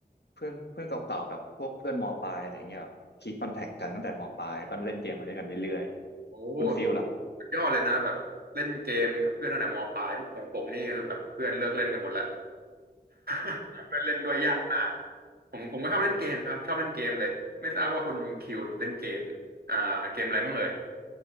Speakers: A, on the left; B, on the right.
A: เพื่อนเพื่อนเก่าๆแบบพวกเพื่อนมปลายอะไรเงี้ยคีปคอนแทคกันตั้งแต่มปลายก็เล่นเกมมาด้วยกันเรื่อยๆคุณฟิลล่ะ
B: โอ้สุดยอดเลยนะแบบเล่นเกมกับเพื่อนตั้งแต่มปลายของผมนี่คือแบบเพื่อนเลิกเล่นกันหมดแล้ว <laughs> หาเพื่อนเล่นด้วยยากมากผมผมก็ชอบเล่นเกมครับชอบเล่นเกมเลยไม่ทราบว่าคุณคิวเนี่ยเล่นเกมอ่าเกมอะไรบ้างเอ่ย